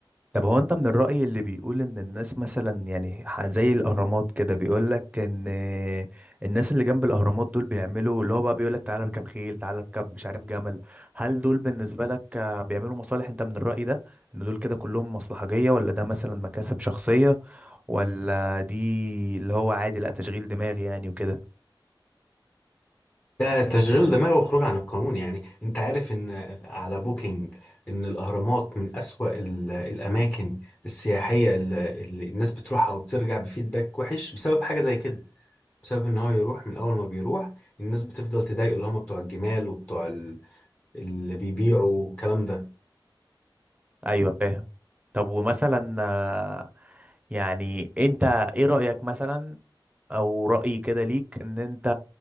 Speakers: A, on the right; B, on the left.
A: طب هو انت من الرأي اللي بيقول ان الناس مثلا يعني ح- زي الاهرامات كده بيقول لك ان الناس اللي جنب الاهرامات دول بيعملوا اللي هو بقى بيقول لك تعالى اركب خيل تعالى اركب مش عارف جمل هل دول بالنسبة لك آه، بيعملوا مصالح انت من الرأي ده ان دول كده كلهم مصلحجية ولا ده مثلا مكاسب شخصية ولا دي اللي هو عادي لا تشغيل دماغي يعني وكده
B: ده تشغيل دماغ وخروج عن القانون يعني انت عارف ان على بوكينج ان الاهرامات من اسوأ ال- الاماكن السياحية اللي اللي الناس بتروحها وبترجع بفيدباك وحش بسبب حاجة زي كده بسبب ان هو يروح من اول ما بيروح الناس بتفضل تضايق اللي هم بتوع الجمال وبتوع ال- اللي بيبيعوا الكلام ده
A: ايوه فاهم طب ومثلا آه، يعني انت ايه رأيك مثلا او رأي كده ليك ان انت